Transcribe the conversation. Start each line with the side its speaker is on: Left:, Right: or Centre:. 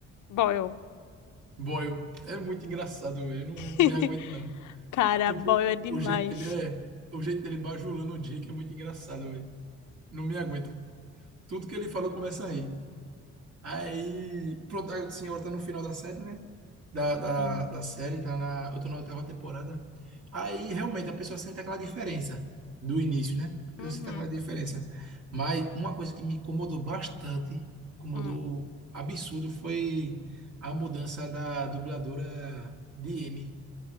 Left: Boyle.
Right: Boyle. É muito engraçado, eu não
Left: <laughs>
Right: me aguento, não.
Left: Cara,
Right: Tipo,
Left: Boyle é demais.
Right: o jeito dele é, o jeito dele bajulando o Jake é muito engraçado, velho. Não me aguento. Tudo que ele falou começa a rir. Aí, pronto, a senhora tá no final da série, né? Da, da,
Left: Sim.
Right: da série, tá na, eu tô na oitava temporada. Aí, realmente, a pessoa sente aquela diferença do início, né? A pessoa
Left: Uhum.
Right: sente aquela diferença. Mas uma coisa que me incomodou bastante, incomodou
Left: Hum.
Right: absurdo, foi a mudança da dubladora de M